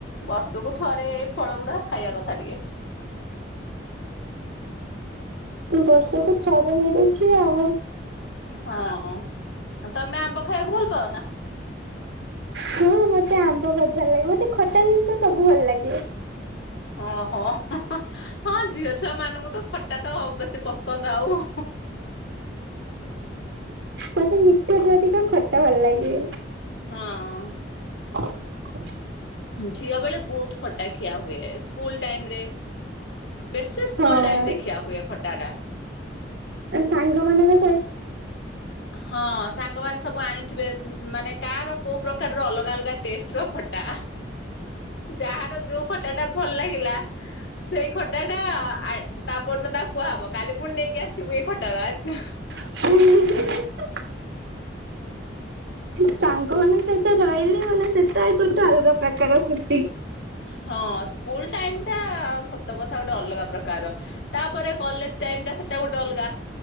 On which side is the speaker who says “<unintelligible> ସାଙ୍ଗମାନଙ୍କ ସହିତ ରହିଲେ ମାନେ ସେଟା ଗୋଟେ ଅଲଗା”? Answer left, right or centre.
Right